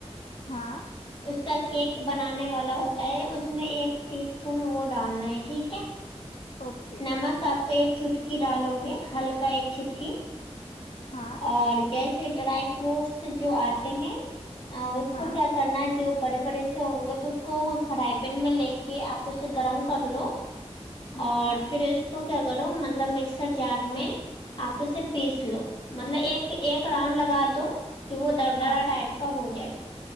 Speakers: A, on the left (about 65°); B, on the left (about 45°).
A: ہاں
B: اس کا کیک بنانے والا ہوتا ہے اس میں ایک ٹی اسپون وہ ڈالنا ہے ٹھیک ہے
A: اوکے
B: نمک آپ ایک چٹکی ڈالو گے ہلکا ایک چٹکی
A: ہاں
B: اور جیسے ڈرائی فروٹس جو آتے ہیں آ اس
A: ہاں
B: کو کیا کرنا ہے جو بڑے بڑے ہو گے تو اس کو فرائی پین میں لے کے آپ اسے گرم کر لو
A: ہاں
B: اور پھر اس کو کیا کرو مطلب مکسر جار میں آپ اسے پیس لو مطلب ایک ایک راؤنڈ لگا دو کہ وہ در درا
A: ہاں
B: ٹائپ کا ہو جائے